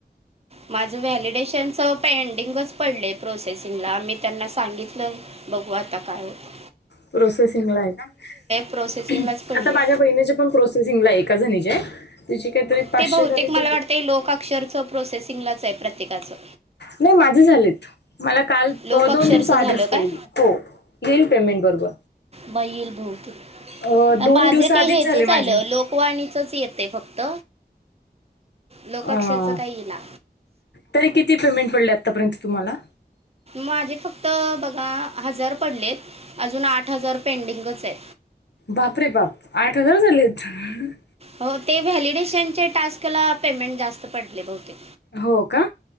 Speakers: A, on the right; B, on the left.
A: माझं व्हॅलिडेशन च. पेंडिंगच पडलेय प्रोसेसिंगला मी त्यांना सांगितलंय बघू आता काय होत.
B: प्रोसेसिंग आहे का
A: प्रोसेसिंगलाच पडले
B: आता माझ्या बहिणी चे पण. प्रोसेसिंगला एका जणीच्या आहे त्याची काहीतरी पाचशे
A: ते बहुतेक
B: का काहीतरी.
A: मला वाटते लोक अक्षरचं प्रोसेसिंगलाच आहे प्रत्येकाचं.
B: नाही माझे झालेत. मला काल
A: लोक
B: अ
A: अक्षरचं
B: दोन दिवस आधीच
A: झालं
B: कळली
A: काय
B: हो येईल पेमेंट बरोबर.
A: बाई ईल बहुतेक
B: अ, दोन
A: माझे
B: दिवसाआधीच
A: ते हेचच
B: झाले माझे
A: आलं लोक कवाणीचच येते फक्त लोकाक्षरच
B: अ,
A: काही ये ना.
B: तरी किती पेमेंट पडले आत्तापर्यंत तुम्हाला.
A: माझे फक्त बघा हजार पडलेत अजून आठ हजार पेंडिंगच आहे.
B: बाप रे बाप आठ हजार झाले आहेत.
A: हो ते व्हॅलिडेशन चे टास्क ला पेमेंट जास्त पडले बहुतेक.
B: हो का.